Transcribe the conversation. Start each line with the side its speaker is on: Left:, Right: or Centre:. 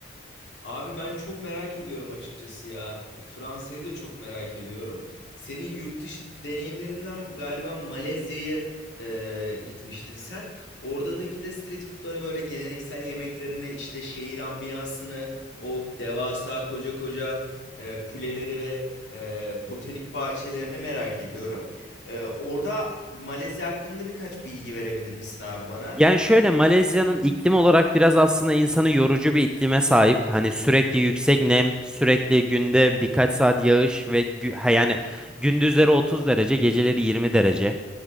Left: Abi ben çok merak ediyorum açıkçası ya. E, Fransa'yı da çok merak ediyorum. Senin yurt dışı deneyimlerinden galiba Malezya'ya e, gitmiştin sen. Oradaki de street food'ları böyle geleneksel yemeklerini işte şehir ambiyansını o devasa koca koca e, kuleleri ve e, botanik bahçelerini merak ediyorum. E, orada Malezya hakkında birkaç bilgi verebilir misin abi bana?
Centre: Yani şöyle Malezya'nın iklim olarak biraz aslında insanı yorucu bir iklime sahip. Hani sürekli yüksek nem, sürekli günde birkaç saat yağış ve gü- ha yani gündüzleri 30 derece, geceleri 20 derece.